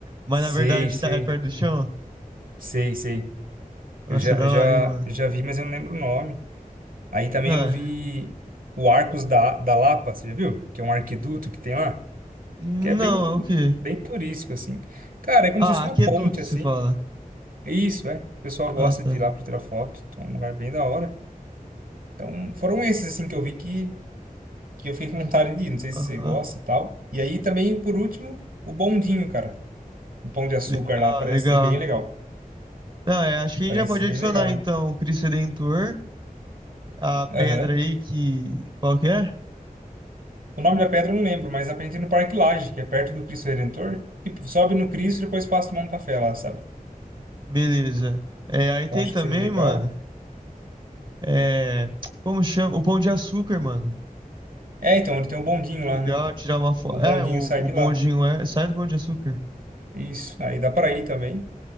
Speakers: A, on the right (about 30°); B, on the right (about 70°).
A: mas
B: Sei,
A: na verdade
B: sei.
A: tá é perto do chão?
B: Sei, sei.
A: Nossa,
B: Eu já,
A: é da
B: eu já,
A: hora, hein, mano.
B: já vi, mas eu não lembro o nome. Aí também
A: Ah,
B: eu vi o Arcos da, da Lapa, você já viu? Que é um arquiduto que tem lá,
A: não,
B: que é bem,
A: é o quê?
B: bem turístico, assim. Cara, é como
A: Ah,
B: se fosse uma
A: aqueduto,
B: ponte, assim.
A: você fala.
B: Isso, é. O pessoal gosta
A: Ah, tá.
B: de ir lá para tirar foto, então é um lugar bem da hora. Então, foram esses, assim, que eu vi que, que eu fiquei com vontade de ir. Não sei se
A: Aham.
B: você gosta e tal. E aí também, por último, o bondinho, cara. O Pão de Açúcar
A: Legal,
B: lá parece
A: legal.
B: ser bem legal.
A: Não, é, acho que a
B: Parece
A: gente já pode
B: ser
A: adicionar
B: bem legal.
A: então o Cristo Redentor, a
B: Aham.
A: pedra aí que. Qual que é?
B: O nome da pedra eu não lembro, mas aprendi no Parque Lage, que é perto do Cristo Redentor. Tipo, sobe no Cristo e depois passa a tomar um café lá, sabe?
A: Beleza. É, aí tem
B: Eu acho
A: também,
B: que seria legal.
A: mano. É, como chama? O Pão de Açúcar, mano.
B: É, então, ele tem o bondinho
A: Legal,
B: lá, né?
A: tirar uma foto.
B: O
A: É,
B: bondinho
A: o,
B: sai
A: o
B: de
A: bondinho
B: lá.
A: é. Sai do Pão de Açúcar.
B: Isso, aí dá pra ir também.